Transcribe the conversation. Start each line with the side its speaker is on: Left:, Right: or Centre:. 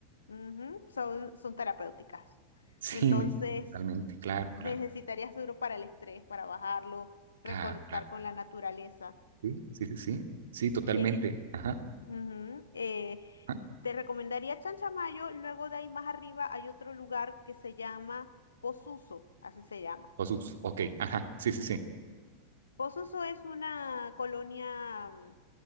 Left: ujú, son, son terapéuticas.
Right: sí,
Left: Entonces
Right: <laughs> me parece totalmente, claro,
Left: necesitarías
Right: claro,
Left: duro para el estrés, para bajarlo,
Right: claro,
Left: reconectar
Right: claro,
Left: con la naturaleza.
Right: sí, sí, sí, sí, sí, totalmente,
Left: Eh,
Right: ajá,
Left: ujú, eh,
Right: ajá,
Left: te recomendaría Chanchamayo, luego de ahí más arriba hay otro lugar que se llama Posuso, así se llama.
Right: osus, ok, ajá, sí, sí, sí,
Left: Pozuzo es una colonia mm,